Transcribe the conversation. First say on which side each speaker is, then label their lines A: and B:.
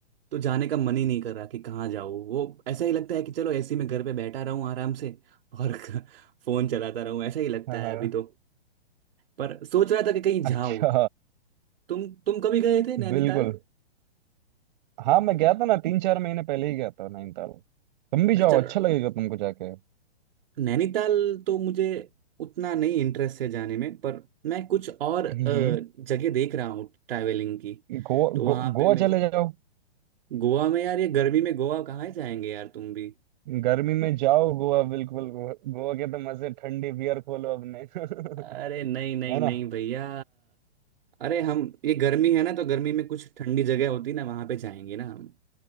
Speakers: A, on the right; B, on the right.
A: तो जाने का मन ही नहीं कर रहा कि कहाँ जाऊँ वो ऐसा ही लगता है कि चलो ऐसे ही मैं घर पे बैठा रहूँ आराम से और <laughs> फोन चलाता रहूँ ऐसा ही लगता
B: हाँ हाँ,
A: है अभी तो पर सोच रहा था कि कहीं
B: अच्छा
A: जाऊँ तुम तुम कभी गए थे नैनीताल
B: बिल्कुल हाँ मैं गया था ना तीन चार महीने पहले ही गया था नैनीताल तुम भी
A: अच्छा
B: जाओ अच्छा लगेगा तुमको जाके
A: नैनीताल तो मुझे उतना नहीं इंटरेस्ट है जाने में पर मैं कुछ और अ,
B: हम्म हम्म।
A: जगह देख रहा हूँ ट्रैवलिंग की
B: गोवा
A: तो वहां
B: गो,
A: पे
B: गोवा
A: मैं
B: चले जाओ
A: गोवा में यार ये गर्मी में गोवा कहाँ जाएंगे यार तुम भी
B: गर्मी में जाओ गोवा बिल्कुल गोवा गोवा के तो मजे ठंडी बियर खोलो अपने <laughs>
A: अरे नहीं नहीं
B: है ना
A: नहीं
B: <laughs>
A: भैया अरे हम ये गर्मी है ना तो गर्मी में कुछ ठंडी जगह होती ना वहां पे जाएंगे ना हम